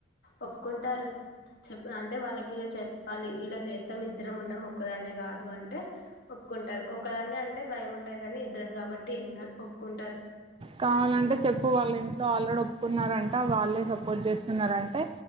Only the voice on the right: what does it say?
కావాలంటే చెప్పు వాళ్ళు ఇంట్లో ఆల్రెడ ఒప్పుకున్నారంట వాళ్ళేప్పు సపోర్ట్ చేస్తున్నారంటే